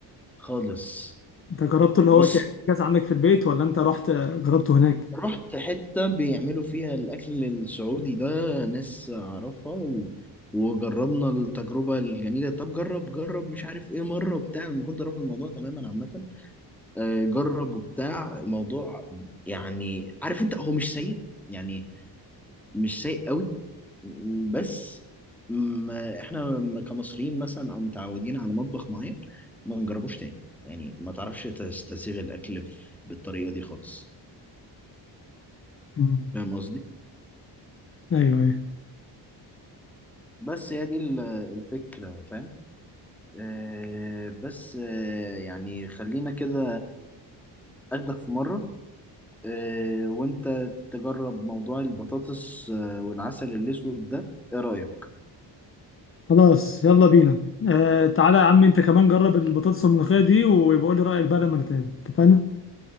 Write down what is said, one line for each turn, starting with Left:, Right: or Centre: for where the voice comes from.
Centre: خالص
Left: انت جربته اللي
Centre: بص
Left: هو كان كاس عندك في البيت ولا انت رحت جربته هناك
Centre: رحت حتة بيعملوا فيها الأكل السعودي ده ناس أعرفها و... وجربنا التجربة الجميلة طب جرب جرب مش عارف إيه مرة بتاع لما كنت رافض الموضوع تماما عامة آه، جرب وبتاع الموضوع يعني عارف أنت هو مش سيء يعني مش سيء قوي بس ما إحنا م- كمصريين مثلا أو متعودين على مطبخ معين ما نجربوش تاني يعني ما تعرفش تستسيغ الأكل في- بالطريقة دي خالص
Left: مم.
Centre: فاهم قصدي؟
Left: ايوه ايوه
Centre: بس هي دي ال- الفكرة فاهم آه بس آه يعني خلينا كده أخدك في مرة آه وأنت تجرب موضوع البطاطس آه والعسل الأسود ده إيه رأيك؟
Left: خلاص يلا بينا آه تعالى يا عم انت كمان جرب البطاطس الملوخيه دي ويبقى قول لي رايك بقى لما نتقابل اتفقنا